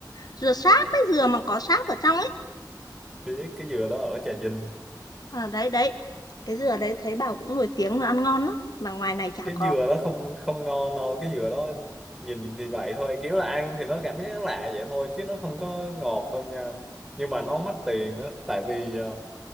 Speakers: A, on the left; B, in the centre.
A: dừa sáp ấy dừa mà có sáp ở trong ấy
B: biết cái dừa đó ở Trà Vinh
A: à, đấy đấy cái dừa đấy thấy bảo cũng nổi tiếng là ăn ngon lắm mà ngoài này chả
B: cái
A: có
B: dừa đó không không ngon đâu cái dừa đó nhìn thì vậy thôi kiểu là ăn thì nó cảm giác lạ vậy thôi chứ nó không có ngọt đâu nha nhưng mà nó mắc tiền á tại vì ờ,